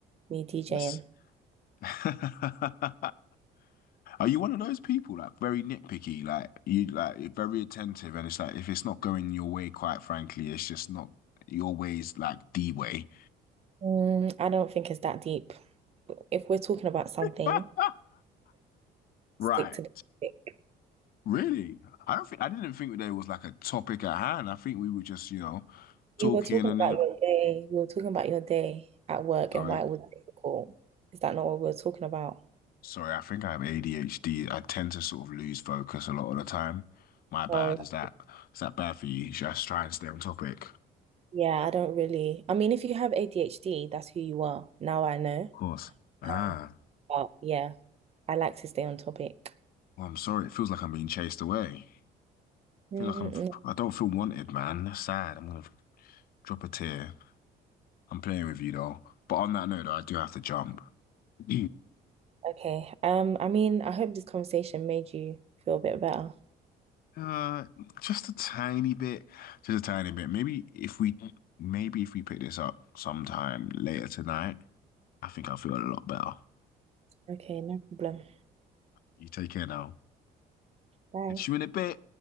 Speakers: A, on the right; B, on the left.
A: me DJing.
B: Yes. <laughs> Are you one of those people like very nitpicky, like you like you're very attentive, and it's like if it's not going your way, quite frankly, it's just not your way's like the way.
A: Mm, I don't think it's that deep. If we're talking about something,
B: <laughs>
A: stick
B: Right.
A: to the topic.
B: Really? I don't think I didn't think there was like a topic at hand. I think we were just, you know, talking
A: We were talking
B: and
A: about
B: it.
A: your day. We were talking about your day at work
B: Sorry.
A: and why it was difficult. Is that not what we were talking about?
B: Sorry, I think I have ADHD. I tend to sort of lose focus a lot of the time. My bad.
A: Well,
B: Is that is that bad for you? Should I just try and stay on topic?
A: yeah, I don't really. I mean, if you have ADHD, that's who you are. Now I know.
B: Of course. Ah,
A: Um, but yeah, I like to stay on topic.
B: well, I'm sorry. It feels like I'm being chased away. I
A: Mm,
B: feel like I'm.
A: no.
B: I don't feel wanted, man. That's sad. I'm gonna drop a tear. I'm playing with you though. But on that note, though, I do have to jump. <clears throat>
A: Okay. Um, I mean, I hope this conversation made you feel a bit better.
B: Uh, just a tiny bit. Just a tiny bit. Maybe if we, maybe if we pick this up sometime later tonight, I think I'll feel a lot better.
A: Okay, no problem.
B: You take care now.
A: Bye.
B: Je me l'ai pas